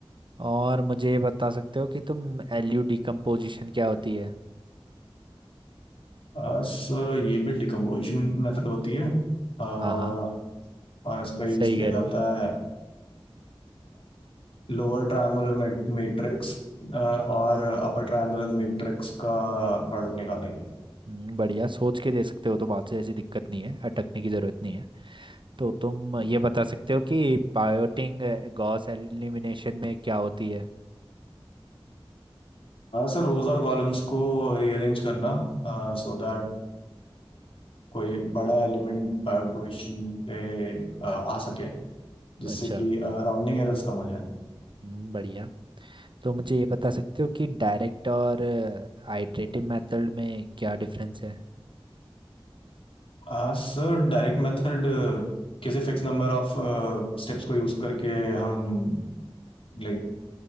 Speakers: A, on the right; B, on the left.
A: और मुझे ये बता सकते हो कि तुम एलयू डिकम्पोजिशन क्या होती है
B: है सो ये भी डिकम्पोजिशन मेथड होती है अ,
A: हाँ हाँ
B: और इसका यूज
A: सही
B: किया
A: कह
B: जाता
A: रहे हो
B: है लोअर ट्रायंगुलर मैट्रिक्स और अपर ट्रायंगुलर मैट्रिक्स का प्रोडक्ट निकालेंगे
A: हम्म, बढ़िया सोच के दे सकते हो तो बात से ऐसी दिक्कत नहीं है अटकने की जरूरत नहीं है तो तुम ये बता सकते हो कि पायोटिंग गॉस एलिमिनेशन में क्या होती है
B: सर रोज और कॉलम्स को रीअरेंज करना सो दैट कोई बड़ा एलिमेंट पोजिशन पे अ, आ सके जिससे
A: अच्छा
B: कि राउंडिंग एरर्स कम हो जाए
A: हम्म, बढ़िया तो मुझे ये बता सकते हो कि डायरेक्ट और आइट्रेटिव मेथड में क्या डिफरेंस है
B: आ, सर डायरेक्ट मेथड किसी फिक्स नंबर ऑफ स्टेप्स को यूज करके हम लाइक